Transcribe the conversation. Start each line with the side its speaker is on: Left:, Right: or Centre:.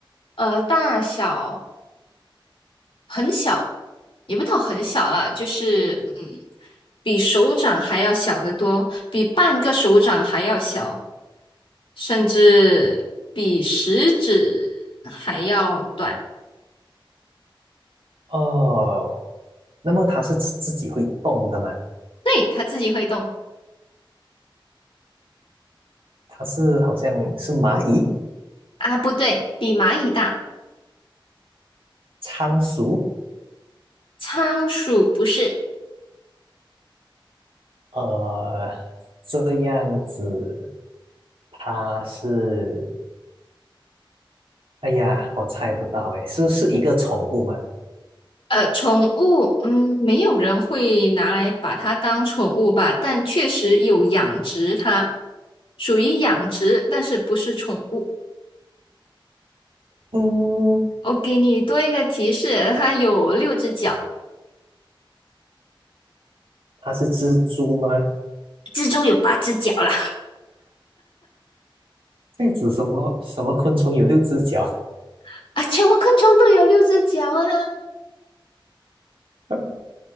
Left: 呃，大小很小，也不到很小啦，就是嗯，比手掌还要小得多，比半个手掌还要小，甚至比食指还要短。
Right: 哦，那么它是自自己会动的吗？
Left: 对，它自己会动
Right: 它是好像是蚂蚁？
Left: 啊，不对，比蚂蚁大。
Right: 仓鼠，
Left: 仓鼠不是，
Right: 呃，这样子，它是，哎呀，我猜不到，哎，是是一个宠物吗？
Left: 呃，宠物，嗯，没有人会拿来把它当宠物吧，但确实有养殖它，属于养殖，但是不是宠物。
Right: 嗯，
Left: 我给你多一个提示，它有六只脚
Right: 它是蜘蛛吗？
Left: 蜘蛛有八只脚啦，
Right: 这样子什么什么昆虫有六只脚？
Left: <laughs> 啊，全部昆虫都有六只脚啊，
Right: <laughs>